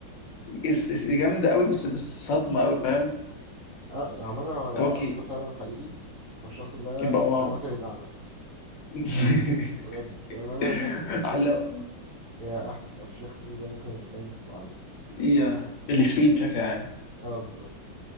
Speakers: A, on the left; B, on the right.
A: it's- it's جامده قوي بس بس صدمه قوي فاهم
B: اه يعني مثلا هو لو
A: طب
B: الشخص
A: اوكي
B: ده فعلا حقيقي فالشخص ده
A: يبقى واو
B: ده مثلي الأعلى
A: <laughs>
B: بجد لأن أنا شايف إن
A: على
B: الفيس هي أف- أفشخ ميزة ممكن الإنسان تبقى عنده
A: يا السبيد بشكل عام
B: اه بالظبط